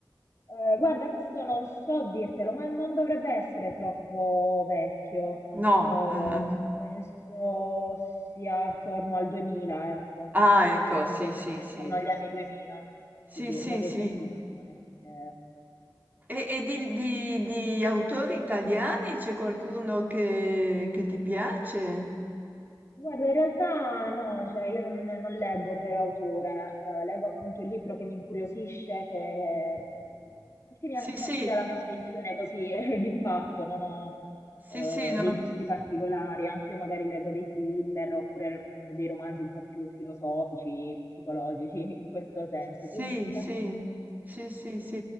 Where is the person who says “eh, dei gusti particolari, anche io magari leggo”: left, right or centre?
Left